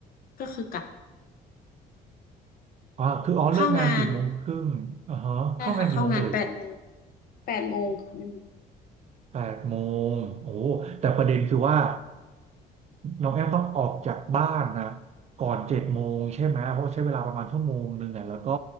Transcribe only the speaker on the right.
อ๋อคืออ๋อเลิกงานสี่โมงครึ่งอ่าฮะเข้างานกี่โมงเอ่ย
แปดโมงโอ้แต่ประเด็นคือว่าน้องแอมต้องออกจากบ้านนะก่อนเจ็ดโมงใช่ไหม เพราะใช้เวลาประมาณชั่วโมงหนึ่งอ่ะแล้วก็